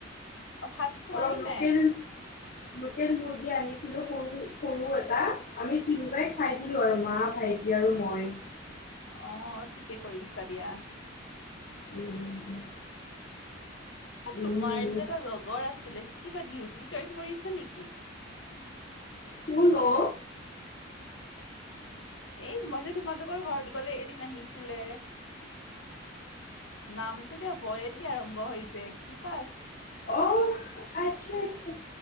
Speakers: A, on the left (about 80°); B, on the left (about 45°).
A: অ'ভাত খোৱাই
B: অলপ লোকেল
A: নাই?
B: লোকেল মুৰ্গী আনিছিলো সৰু- সৰু এটা আমি তিনতাই খাই দিলো আৰু মা, ভাইটি আৰু মই।
A: অহ, ঠিকে কৰিছা দিয়া।
B: উম -উম
A: এ তোমাৰ
B: উম উম
A: যে এটা লগৰ আছিলে কিবা ডিউটি জইন কৰিছে নেকি?
B: কোন অ?
A: এ মই যে তোমালোকৰ ঘৰত গ'লে এদিন আহিছিলে নামটোকে ব য়েদি আৰম্ভ হয়যে কি বা
B: অহ, আচ্ছা -আচ্ছা